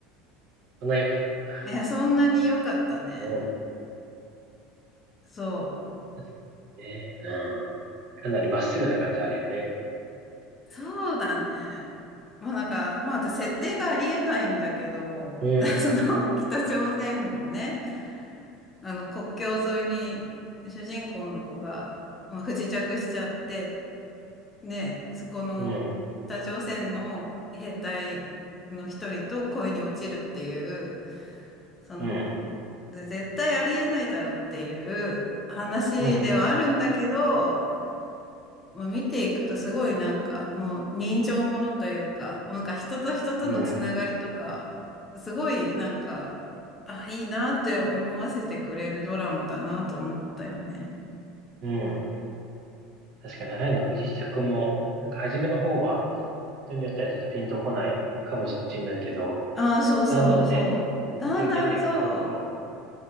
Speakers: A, on the right (about 55°); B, on the left (about 20°).
A: そんなに良かったんだ。
B: いや、そんなに良かったね。
A: うん、
B: そう。
A: 確かにね。うん。かなりまっすぐな感じあるよね。
B: そうだね。まあなんか、まあ私設定がありえないんだけど、
A: うん、
B: <laughs> その北朝鮮のね、あの国境沿いに主人公の子が、まあ、不時着しちゃって、ね、そこの北朝鮮の兵隊の一人と恋に落ちるっていう、
A: うん、
B: その、
A: うん、
B: で絶対ありえないだろうっていう話ではあるんだけど、
A: うん、
B: もう見ていくとすごいなんか、もう人情ものというか、なんか人と人とのつながりとか、
A: うん、
B: すごいなんか、あ、いいなって思わせてくれるドラマだなと思ったよね。
A: うん。確かに、愛の不時着も、なんか初めの方は、人によってはちょっとピンとこないかもしれないけど、
B: ああ、そうそうそう。
A: だんだんね、見続けていくと、
B: だんだんそう。